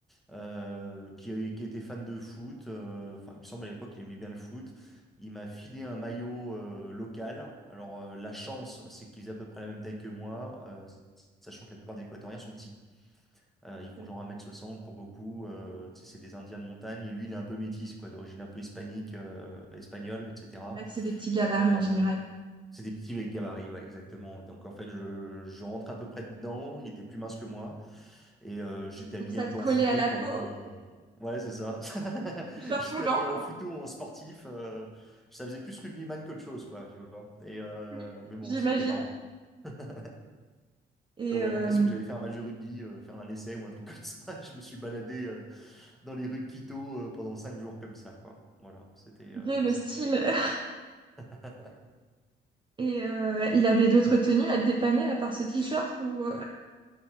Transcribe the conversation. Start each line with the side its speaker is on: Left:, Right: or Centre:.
Centre: euh, qui qui était fan de foot euh, enfin il me semble à l'époque il aimait bien le foot. Il m'a filé un maillot euh, local. Alors euh, la chance c'est qu'il faisait à peu près la même taille que moi euh, sachant que la plupart des Équatoriens sont petits. Euh, ils font
Right: C'est
Centre: genre un mètre soixante pour beaucoup. euh, tu sais, c'est des Indiens de montagne. Et lui, il est un peu métis, quoi, d'origine un peu hispanique, euh, espagnole, etc.
Right: vrai que c'est des petits gabarits
Centre: Euh,
Right: en général.
Centre: c'est des petits gabarits, ouais, exactement. Donc en fait, je, je rentre à peu près dedans. Il était plus mince que moi. Et euh, j'étais
Right: Donc
Centre: habillé
Right: ça
Centre: un
Right: te
Centre: peu
Right: collait
Centre: en fouteux
Right: à la
Centre: pendant...
Right: peau,
Centre: Ouais, c'est ça. <laughs>
Right: short
Centre: J'étais
Right: moulant,
Centre: habillé en fouteux, en sportif. euh, ça faisait plus rugbyman qu'autre chose, quoi, tu vois. Et, euh,
Right: <laughs> oui,
Centre: mais bon,
Right: j'imagine.
Centre: c'était marrant. <laughs>
Right: Et
Centre: J'avais
Right: euh,
Centre: l'impression que j'allais faire un match de rugby, euh, faire un essai ou un truc comme ça. <laughs> Je me suis baladé euh, dans les rues de Quito euh, pendant cinq jours comme ça, quoi. Voilà, c'était euh,
Right: Dieu, le
Centre: ça.
Right: style. <laughs>
Centre: <laughs>
Right: Et euh, il avait d'autres tenues à te dépanner à part ce t-shirt ou euh,